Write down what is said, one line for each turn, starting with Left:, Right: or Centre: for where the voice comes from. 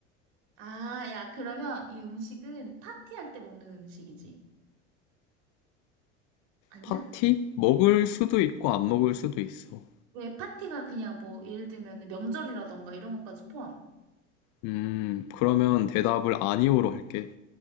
Right: 아, 야, 그러면 이 음식은 파티할 때 먹는 음식이지. 아니야?
Left: 파티? 먹을 수도 있고 안 먹을 수도 있어.
Right: 왜 파티가 그냥 뭐, 예를 들면 명절이라던가 이런 것까지 포함.
Left: 음, 그러면 대답을 아니오로 할게.